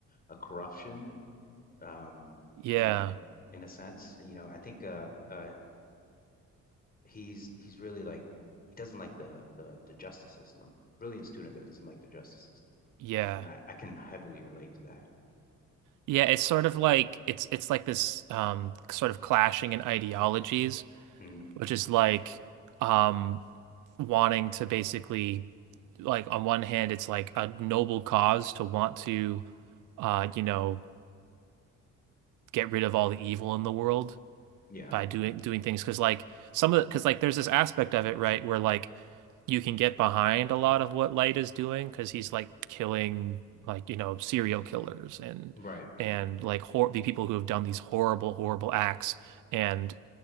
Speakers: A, on the left; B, on the right.
A: a corruption. um,
B: Yeah.
A: you know, in a sense, you know, I think uh, uh, he's he's really like he doesn't like the the the justice system. Brilliant student that doesn't like the justice system,
B: Yeah.
A: and I I can heavily relate to that.
B: Yeah, it's sort of like it's it's like this um sort of clashing in ideologies,
A: hmm
B: which is like um wanting to basically like on one hand it's like a noble cause to want to uh you know get rid of all the evil in the world
A: Yeah.
B: by doing doing things because like some of the because like there's this aspect of it right where like you can get behind a lot of what Light is doing because he's like killing like you know serial killers and
A: Right.
B: and like hor the people who have done these horrible horrible acts and